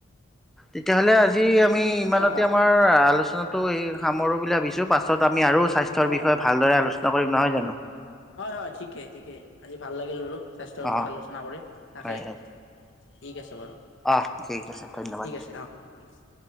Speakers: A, in the centre; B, on the left (about 60°).
A: তেতিয়াহ'লে আজি আমি ইমানতে
B: অ
A: আমাৰ আলোচনাত তো এই সামৰো বুলি ভাৱিছো। পাছত আমি আৰু স্বাস্থ্যৰ
B: অ
A: বিষয়ে ভালদৰে আলোচনা নকৰিম নহয় জানো।
B: হয় হয় ঠিকেই ঠিকেই আজি ভাল লাগিল বাৰু। স্বাস্থ্যৰ
A: অ'
B: ওপৰত আলোনা কৰি তাকে।
A: হয় হয়
B: ঠিক আছে।
A: অ' ঠিক আছে ধন্যবাদ।
B: ঠিক আছে অ ঠিক আছে।